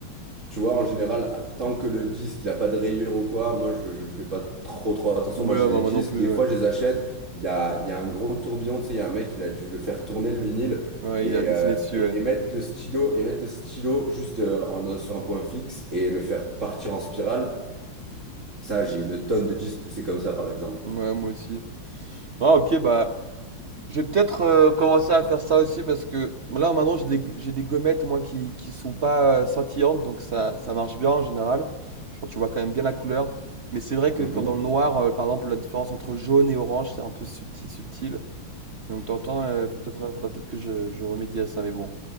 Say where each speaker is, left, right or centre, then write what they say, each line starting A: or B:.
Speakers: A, on the right; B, on the right.
A: tu vois, en général, tant que le disque il a pas de rayures ou quoi, moi je, je fais pas trop trop attention.
B: Ouais,
A: Moi j'ai
B: bah,
A: des
B: moi
A: disques,
B: non plus,
A: des
B: ouais.
A: fois je les achète. Il y a, il y a un gros tourbillon, tu sais, il y a un mec, il a dû le faire tourner le vinyle
B: Ouais,
A: et,
B: il a dessiné
A: euh,
B: dessus,
A: et,
B: ouais.
A: et mettre le stylo, et mettre le stylo juste euh, en, sur un point fixe et le faire partir en spirale. Ça, j'ai une tonne de disques où c'est comme ça, par exemple.
B: Ouais, moi aussi. Ah, ok, bah, Je vais peut-être euh, commencer à faire ça aussi parce que là maintenant j'ai des, j'ai des gommettes moi qui, qui sont pas euh, scintillantes donc ça, ça marche bien en général. Genre tu vois quand même bien la couleur. Mais c'est vrai que
A: Mhm,
B: quand dans le noir, euh, par exemple, la différence entre jaune et orange c'est un peu subtil, subtil. Donc t'entends, il faut peut-être, faudra peut-être que je, je remédie à ça. Mais bon,